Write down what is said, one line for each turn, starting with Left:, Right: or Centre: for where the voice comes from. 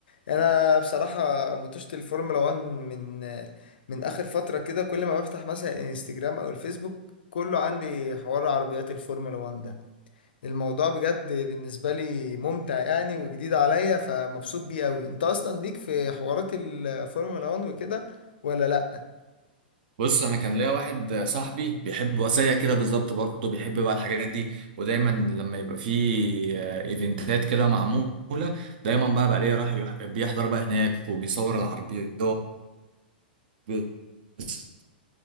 Left: انا بصراحه متوشة الفورمولا 1 من من اخر فتره كده كل ما بفتح مثلا انستجرام او الفيسبوك كله عندي حوار عربيات الفورمولا 1 الموضوع بجد بالنسبة لي ممتع يعني وجديد عليا فمبسوط بيه قوي انت اصلا ليك في حوارات الفورمولا 1 وكده ولا لا
Right: بص انا كان ليا واحد صاحبي بيحب وسيا كده بالظبط برضه بيحب بقى الحاجات دي ودايما لما يبقى في آه، ايفنتات كده معمولة دايما بقى بقى ليه راح يح- بيحضر بقى هناك وبيصور العربيات وبيبص